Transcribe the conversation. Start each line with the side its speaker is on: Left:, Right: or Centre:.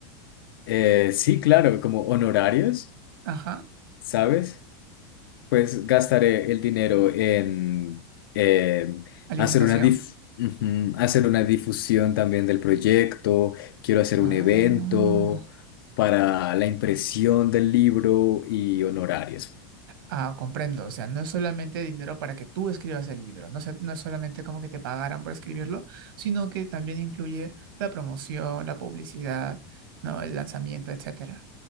Left: Eh, sí, claro, como honorarios,
Right: Ajá,
Left: ¿sabes? Pues gastaré el dinero en eh,
Right: alimentación.
Left: hacer una dif- ujú, hacer una difusión también del proyecto. Quiero hacer
Right: Ah,
Left: un evento para la impresión del libro y honorarios.
Right: ah, comprendo. O sea, no es solamente dinero para que tú escribas el libro. No sé, no es solamente como que te pagaran por escribirlo, sino que también incluye la promoción, la publicidad, ¿no? El lanzamiento, etcétera.